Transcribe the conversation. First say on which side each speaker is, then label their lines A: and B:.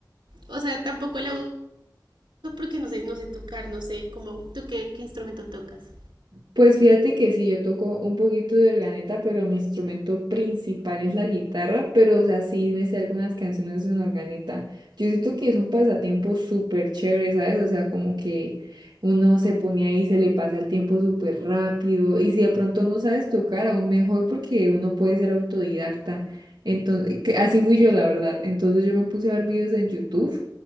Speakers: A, on the right (about 85°); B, on the right (about 70°).
A: o sea, tampoco la uso porque no sé, no sé tocar, no sé cómo, ¿tú qué, qué instrumento tocas?
B: Pues fíjate que sí, yo toco un poquito de organeta, pero mi instrumento principal es la guitarra, pero o sea, sí me sé algunas canciones en organeta. Yo siento que es un pasatiempo súper chévere, ¿sabes? O sea, como que uno se pone ahí, se le pasa el tiempo súper rápido, y si de pronto no sabes tocar, aún mejor porque uno puede ser autodidacta. Entonces, que- así fui yo, la verdad. Entonces yo me puse a ver videos en YouTube